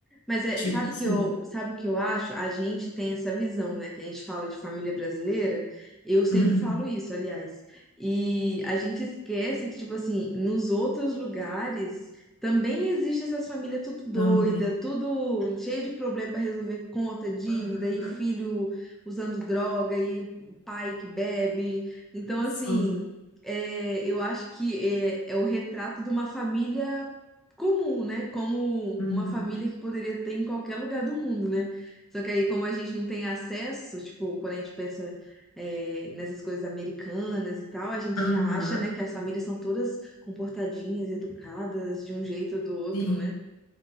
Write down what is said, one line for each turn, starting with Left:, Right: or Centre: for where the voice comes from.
Centre: Mas é,
Left: Tipo
Centre: sabe
Left: assim.
Centre: o que eu, sabe o que eu acho? A gente tem essa visão, né? Que a gente fala de família brasileira. Eu sempre
Left: Uhum,
Centre: falo isso, aliás. E a gente esquece que, tipo assim, nos outros lugares também existe essas famílias tudo doida,
Left: também.
Centre: tudo cheio de problema para resolver conta, dívida
Left: Aham,
Centre: e filho usando droga e pai que bebe. Então, assim,
Left: Sim.
Centre: é, eu acho que é, é o retrato de uma família comum, né? Como
Left: Uhum.
Centre: uma família que poderia ter em qualquer lugar do mundo, né? Só que aí, como a gente não tem acesso, tipo, quando a gente pensa, é, nessas coisas americanas e tal, a gente
Left: Aham,
Centre: já acha, né, que as famílias são todas comportadinhas, educadas, de um jeito ou do outro,
Left: Sim.
Centre: né?